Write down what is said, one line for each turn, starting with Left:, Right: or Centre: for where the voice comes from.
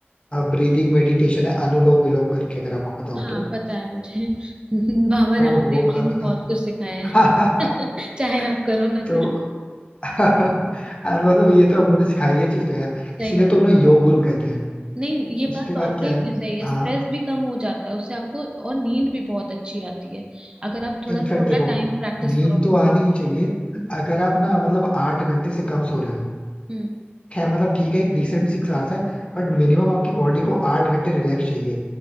Left: ब्रीदिंग मेडिटेशन है अनुलोम विलोम करके अगर आपको पता हो
Right: हाँ
Left: तो
Right: पता है मुझे <laughs> बाबा
Left: तो
Right: रामदेव
Left: वो
Right: जी
Left: करो
Right: ने बहुत कुछ सिखाया
Left: हाँ
Right: है <laughs> चाहे आप करो
Left: <laughs>
Right: ना
Left: तो
Right: करो
Left: <laughs> आ, मतलब ये तो उन्होंने सिखाई ये चीज तो यार
Right: सही
Left: इसीलिए
Right: बात
Left: तो उन्हें योग गुरु कहते हैं
Right: नहीं ये
Left: उसके
Right: बात
Left: बाद
Right: वाकई
Left: क्या है
Right: में
Left: ना
Right: सही है स्ट्रेस
Left: हाँ
Right: भी कम हो जाता है उससे आपको और नींद भी बहुत अच्छी आती है अगर आप थोड़ा
Left: इनफैक्ट
Right: थोड़ा
Left: देखो
Right: टाइम
Left: नींद
Right: प्रैक्टिस करोगे
Left: तो
Right: मेडिटेशन
Left: आनी ही चाहिए
Right: हम्म
Left: अगर आप ना मतलब आठ घंटे से कम सो रहे हो
Right: हम्म,
Left: खैर मतलब ठीक है एक डिसेंट सिक्स आवर्स है बट मिनिमम आपकी बॉडी को आठ घंटे रिलैक्स चाहिए